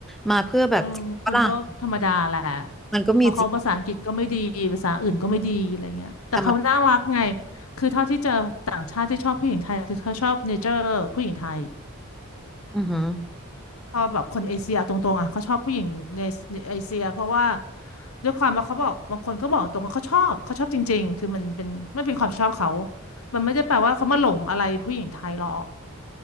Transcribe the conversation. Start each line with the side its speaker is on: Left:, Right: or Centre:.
Centre: มาเพื่อแบบฝรั่ง
Left: เออคนก็ธรรมดาแหละ
Centre: มันก็มีจริง
Left: เพราะเขาภาษาอังกฤษก็ไม่ดีภาษาอื่นก็ไม่ดีอะไรเงี้ยแต่เขาน่ารักไง
Centre: แต่มัน
Left: คือเท่าที่เจอต่างชาติที่ชอบผู้หญิงไทยคือเขาชอบเนเจอร์ผู้หญิงไทย
Centre: อือหือ
Left: ชอบแบบคนเอเชียตรงๆอ่ะเขาชอบผู้หญิงในในเอเชียเพราะว่าด้วยความว่าเขาบอกบางคนเขาบอกตรงว่าเขาชอบเขาชอบจริงๆคือมันเป็นไม่เป็นความชอบเขามันไม่ได้แปลว่าเขามาหลงอะไรผู้หญิงไทยหรอก